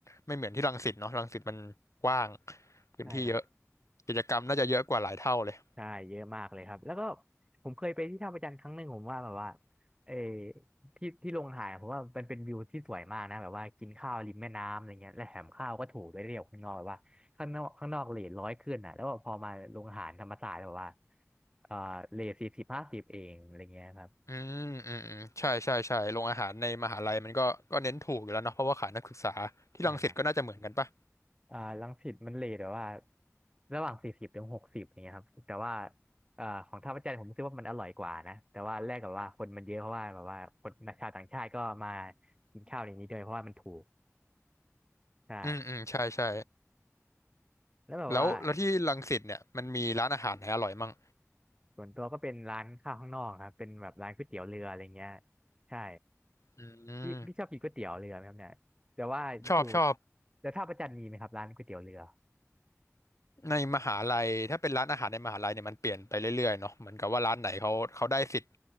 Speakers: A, on the left (about 70°); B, on the right (about 20°).
A: ไม่เหมือนที่รังสิตเนาะรังสิตมันกว้างพื้นที่เยอะ
B: ใช่ครับ
A: กิจกรรมน่าจะเยอะกว่าหลายเท่าเลย
B: ใช่เยอะมากเลยครับแล้วก็ผมเคยไปที่ท่าพระจันทร์ครั้งหนึ่งผมว่าแบบว่าเออที่ที่ลงอาหารผมว่ามันเป็นวิวที่สวยมากนะแบบว่ากินข้าวริมแม่น้ำอะไรเงี้ยและแถมข้าวก็ถูกด้วยเรียกข้างนอกแบบว่าข้างนอกข้างนอกเรทร้อยขึ้นอ่ะแล้วพอมาลงอาหารธรรมศาสตร์แบบว่าเออเรทสี่สิบห้าสิบเองอะไรเงี้ยครับ
A: อืมอืมอืมใช่ใช่ใช่โรงอาหารในมหาลัยมันก็ก็เน้นถูกอยู่แล้วเนาะเพราะว่าขายนักศึกษาที่รังสิตก็น่าจะเหมือนกันปะ
B: ใช่ครับ อ่ารังสิตมันเลทแบบว่าระหว่างสี่สิบถึงหกสิบอย่างเงี้ยครับแต่ว่าอ่าของท่าพระจันทร์ผมรู้สึกว่ามันอร่อยกว่านะแต่ว่าแรกกับว่าคนมันเยอะเพราะว่าแบบว่าคนชาวต่างชาติก็มากินข้าวในนี้ด้วยเพราะว่ามันถูกใช่
A: อืมอืมใช่ใช่
B: แล้วแบบว่า
A: แล้วแล้วที่รังสิตเนี่ยมันมีร้านอาหารไหนอร่อยมั่ง
B: ส่วนตัวก็เป็นร้านข้าวข้างนอกครับเป็นแบบร้านก๋วยเตี๋ยวเรืออะไรเงี้ยใช่
A: อืม
B: พี่พี่ชอบกินก๋วยเตี๋ยวเรือไหมครับเนี่ยแต่ว่าชู
A: ชอบชอบ
B: แต่ท่าพระจันทร์มีไหมครับร้านก๋วยเตี๋ยวเรือ
A: ในมหาลัยถ้าเป็นร้านอาหารในมหาลัยเนี่ยมันเปลี่ยนไปเรื่อยๆเนาะเหมือนกับว่าร้านไหนเขาเขาได้สิทธิ์